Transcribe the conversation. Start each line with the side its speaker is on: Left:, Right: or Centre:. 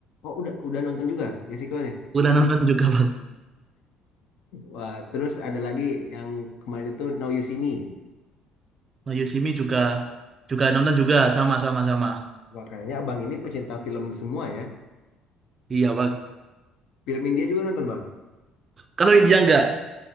Left: Oh, udah udah nonton juga yang sequelnya.
Right: Udah <laughs> nonton juga bang.
Left: Wah, terus ada lagi yang kemarin itu Now You See Me.
Right: Nah, Yoshimi juga juga nonton juga sama sama sama.
Left: Wah, kayaknya abang ini pecinta film semua ya.
Right: Iya bang.
Left: Film India juga nonton bang.
Right: Kalau India enggak.